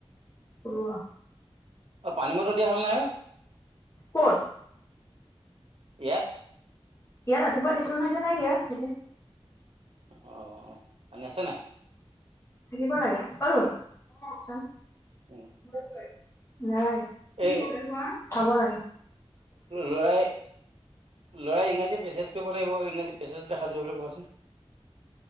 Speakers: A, on the left; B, on the right.
A: কলোৱা
B: অ পানী মটৰ দিয়া হল নাই অ
A: ক'ত
B: ইয়াত
A: ইয়াত ৰাতিপুৱা দিছিলো নহয় এতিয়া নাই দিয়া এতিয়া
B: অ পানী আছে নাই
A: থাকিব লাগে এই সোন অ চাওঁ
B: উম,
A: কলে <unintelligible> নালাগে, কি
B: এই
A: <unintelligible> খাব লাগে।
B: ল'ৰাই ল'ৰাই ইংৰাজী প্ৰেচজ কৰিব লাগিব, ইংৰাজী প্ৰেচেজ দেখাইছো বুলি কবাচোন।